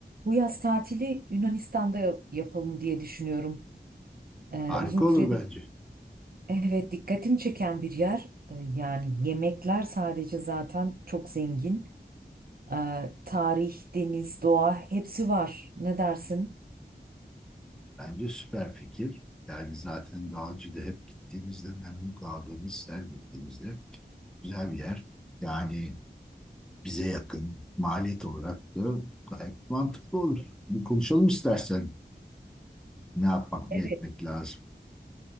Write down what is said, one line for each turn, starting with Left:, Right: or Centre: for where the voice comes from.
Right: Bu yaz tatili Yunanistan'da ya- yapalım diye düşünüyorum. Ee,
Centre: Harika
Right: uzun süredir
Centre: olur bence.
Right: evet dikkatimi çeken bir yer. Ee, yani yemekler sadece zaten çok zengin. Ee, tarih, deniz, doğa hepsi var. Ne dersin?
Centre: Bence süper fikir. Yani zaten daha önce hep gittiğimizde memnun kaldığımız her gittiğimizde güzel bir yer. Yani bize yakın maliyet olarak da gayet mantıklı olur. Bir konuşalım istersen ne yapmak
Right: Evet.
Centre: ne etmek lazım.